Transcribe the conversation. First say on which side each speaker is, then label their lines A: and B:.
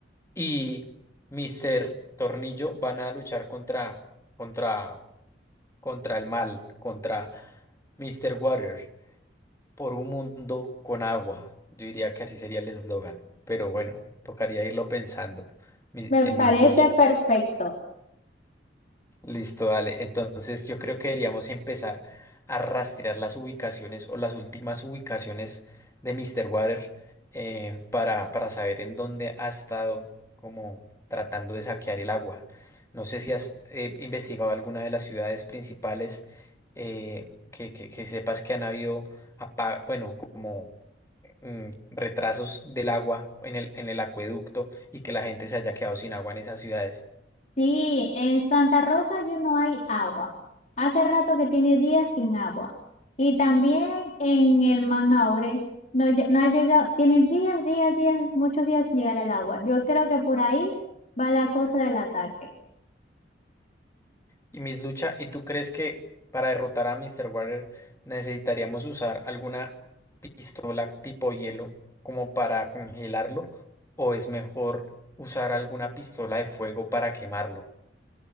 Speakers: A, on the left; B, on the left.
A: y Mr. Tornillo van a luchar contra, contra, contra el mal, contra Mr. Water, por un mundo con agua. Yo diría que así sería el eslogan, pero bueno, tocaría irlo pensando. Mi-
B: Me
A: eh,
B: parece
A: Miss Lucha.
B: perfecto.
A: Listo, dale. Entonces yo creo que deberíamos empezar a rastrear las ubicaciones o las últimas ubicaciones de Mr. Water eh, para, para saber en dónde ha estado como tratando de saquear el agua. No sé si has eh, investigado alguna de las ciudades principales eh, que, que- que sepas que han habido, apa- bueno, como mm, retrasos del agua en el, en el acueducto y que la gente se haya quedado sin agua en esas ciudades.
B: Sí, en Santa Rosa yo no hay agua. Hace rato que tiene días sin agua. Y también en el Manaure no, lle- no ha llegado, tiene días, días, días, muchos días sin llegar el agua. Yo creo que por ahí va la cosa del ataque.
A: Y Miss Lucha, ¿y tú crees que para derrotar a Mr. Water necesitaríamos usar alguna pistola tipo hielo como para congelarlo? ¿O es mejor usar alguna pistola de fuego para quemarlo?